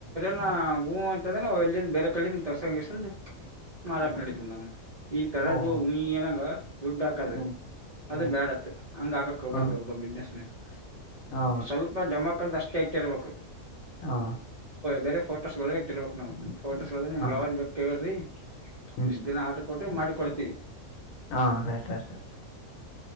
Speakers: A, on the right; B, on the left.
A: ಹ್ಞೂಂ, ಅಂತಂದ್ರೆ ಎಲ್ಲಿಂದ ಬೇರೆ ಕಳ್ಳಿಂದ ತರ್ಸಸಂದಗೆಸಿಂದ ಮಾರಾಕ್
B: ಹ್ಮ್
A: ನಡತಿದ ನಮ್ಮ ಈಗ ತರದು
B: ಓಹೋ
A: ಹ್ ಏನಂಗ ದುಡ್ ಹಾಕದ.
B: ಹ್ಮ್ ಹ್ಮ್
A: ಅದ ಬೇಡತ್ತತ್ ಹಂಗ್ ಆಗಕಕ್ ಹೋಗಬರ್ತವ
B: ಹ್ಮ್
A: ಒಬ್ಬ ಬಿಿಸಜ್ನೆಸ್ ಮೇಲೆ <unintelligible>
B: ಹಾ
A: ಸ್ವಲ್ಪ ಡೆಮಾಕ ಅಂತ ಅಷ್ಟೇ ಇಟ್ಟಿರ್ಬೇಕು.
B: ಹಾ,
A: ಬೇರೆ ಫೋಟೋಸ ಲ್ಲೇ ಇಟ್ಟಿರ್ಬೇಕಕ್ ನಾವುಫೋಟೋಸ್ಸ್ಲ್ಲ ನ
B: ಹಾ
A: ಯಾವ್ದ ಬೇಕ್ಕೇಳ್ರಿ
B: ಹ್ಮ್
A: ಇಷ್ಟ ದಿನ ಆಡ್ರ ಕೊಟ್ರ ಮಾಡಿ ಕೊಡ್ತೀವಿ.
B: ಹಾ, ರೈಟ್ -ರೈಟ್